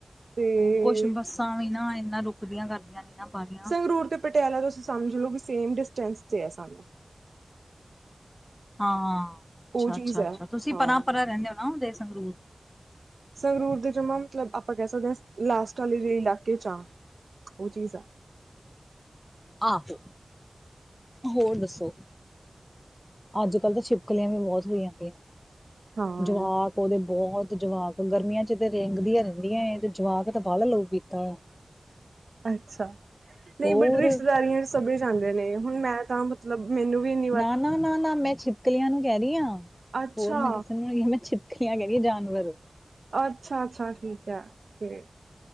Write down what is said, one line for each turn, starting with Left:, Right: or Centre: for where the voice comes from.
Right: ਤੇ
Left: ਕੱਸ਼ ਬੱਸਾਂ ਵੀ ਨਾ, ਇੰਨਾ ਰੁਕਦੀਆਂ ਕਰਦੀਆਂ ਨੀ। ਨਾ ਬਾਹਲੀਆਂ
Right: ਸੰਗਰੂਰ ਤੇ ਪਟਿਆਲਾ ਤੂਸੀ ਸਮਝ ਲੋ, ਵੀ ਸੇਮ ਡਿਸਟੈਂਸ ਤੇ ਐ ਸਾਨੂੰ।
Left: ਹਾਂ, ਅੱਛਾ,
Right: ਉਹ ਚੀਜ਼
Left: ਅੱਛਾ,
Right: ਹੈ
Left: ਅੱਛਾ, ਤੂਸੀ
Right: ਹਾਂ
Left: ਪਰਾਂ-ਪਰਾਂ ਰੈਂਨੇ ਓ ਨਾ, ਉਦੇ ਸੰਗਰੂਰ।
Right: ਸੰਗਰੂਰ ਦੇ ਜਮਾ ਮਤਲਬ ਆਪਾਂ ਕਹਿ ਸਕਦੇ ਹਾਂ। ਲਾਸਟ ਵਾਲੇ ਜਿਹੜ ਇਲਾਕੇ ਚ ਆ ਉਹ ਚੀਜ਼ ਆ।
Left: ਆਹੋ, ਹੋਰ ਦੱਸੋ? ਅੱਜ ਕੱਲ੍ਹ ਤਾਂ ਛਿਪਲੀਆਂ ਵੀ ਬਹੁਤ ਹੋਈ ਪਈਆਂ।
Right: ਹਾਂ।
Left: ਜਵਾਕ ਓਦੇ ਬੋਹਤ ਜਵਾਕ, ਗਰਮੀਆਂ ਚ ਤੇ ਰੇਂਗਦੀਆਂ ਰੈਂਦੀਐਂ ਤੇ ਜਵਾਕ ਤਾਂ ਵਾੱਲ ਲੋਗੀ <unintelligible> <unintelligible>
Right: ਅੱਛਾ, ਨਈ
Left: ਹੋਰ
Right: ਬਟ ਰਿਸ਼ਤੇਦਾਰੀਆਂ ਸਭੇ ਜਾਂਦੇ ਨੇ, ਹੁਨ ਮੈਂ ਤਾਂ ਮਤਲਬ ਮੈਨੂੰ ਵੀਨ
Left: ਨਾ, ਨਾ, ਨਾ-ਨਾ ਮੈਂ ਛਿਪਕਲੀਆਂ ਨੂੰ ਕੈ ਰੀ ਆਂ,
Right: ਅੱਛਾ,
Left: ਹੋਰ ਮੈਂ ਕਿਸੇ ਨੂੰ ਨੀ, ਹਾਂ ਮੈਂ ਛਿਪਕਲੀਆਂ ਕੈ ਰੀ ਆ ਜਾਨਵਰ
Right: ਅੱਛਾ-ਅੱਛਾ, ਠੀਕ ਐ ਫੇਰ